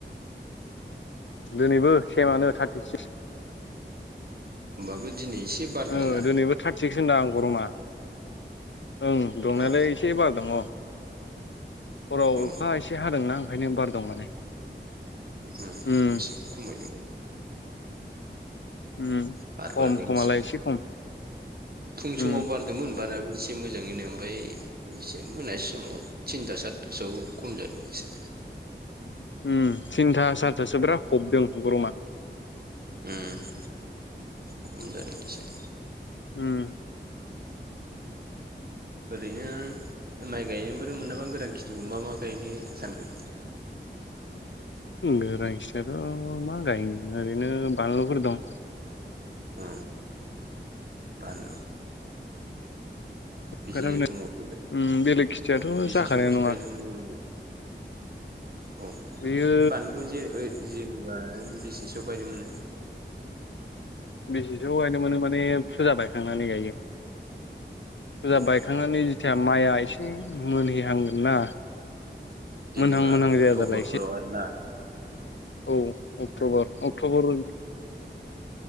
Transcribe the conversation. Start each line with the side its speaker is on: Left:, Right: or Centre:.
Left: दिनैबो सेमानो थारटि सिक्स
Right: होनबाबो दिनै एसे बार दंना
Left: ओ दिनैबो थारथि सिक्स ओंदां गरमा ओं दुंनायालाय
Right: औ
Left: एसे बार दङ हराव
Right: औ
Left: अखा एसे हादोंना ओंखायनो बार दं माने।
Right: ओम
Left: उम
Right: एसे खमायदों।
Left: उम
Right: बार
Left: खम
Right: बारदों
Left: खमालाय
Right: दि-एसे
Left: एसे खम
Right: फुं समाव
Left: उम
Right: बार दोंमोन बाराबो एसे मोजाङैनो ओमफाय एसे मोनसि समाव थिनथा सारिथासोआव खम जादों एसे।
Left: उम थिनथा सारिथासोयाव बिराद हबदों गरमा।
Right: उम खम जादों एसे।
Left: उम।
Right: ओरैनो माइ गायनोफोर मोनाबा गोरान खिथिफौर मा गायनो सानखो?
Left: गोरान खेथियाथ' मा गायनो ओरैनो बानलुफोर दं।
Right: उम बान बेसे
Left: गायला
Right: थमावथो
Left: उम बेलेग खिथियाथ'
Right: औ बेसे
Left: जाखानाय
Right: समावसो
Left: नङा
Right: गायनो मोनहै औ
Left: बेयो
Right: बे बानलुखौ जे जेनेबा बेसेसोयाव गायदोंमोन?
Left: बेसेसोयाव गायनो मोनो माने फुजा बायखांनानै फुजा
Right: औ
Left: बायखांनानै जेथिया माइआ एसे मोनहै हांगोन ना
Right: जेनेबा
Left: मोनहां मोनहां
Right: अक्ट'बरफोराव
Left: जायाजाला एसे
Right: आरोना
Left: औ अक्टबर अक्ट'बर